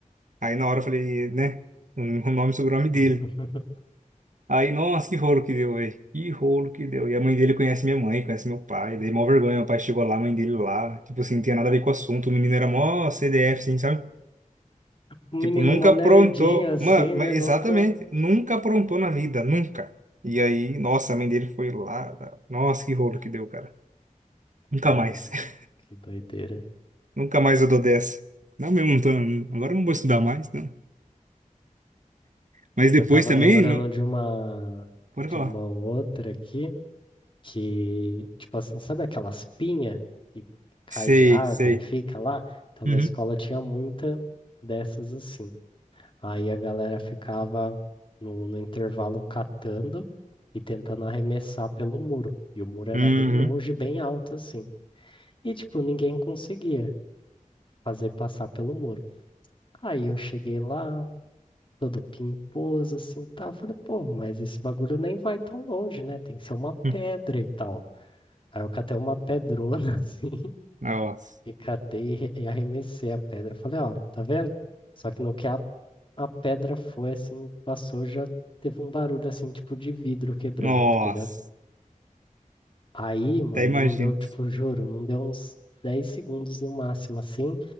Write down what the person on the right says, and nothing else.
Aí na hora eu falei, né? O nome e sobrenome dele.
Aí, nossa, que rolo que deu, velho. Que rolo que deu. E a mãe dele conhece minha mãe, conhece meu pai. Daí, mó vergonha. Meu pai chegou lá, a mãe dele lá. Tipo assim, não tinha nada a ver com o assunto. O menino era mó CDF, assim, sabe?
Tipo,
nunca
aprontou.
Mano, mas
exatamente,
nunca aprontou na vida, nunca. E aí, nossa, a mãe dele foi lá. tá? Nossa, que rolo que deu, cara. Nunca
mais. <laughs>
Nunca mais eu dou dessa. Não, mesmo, não tô, agora eu não vou estudar mais, não. Mas depois
também,
não...
pode
falar.
Sei,
sei.
Uhum.
Uhum.
Hum.
Nossa.
Nossa.
Até imagino.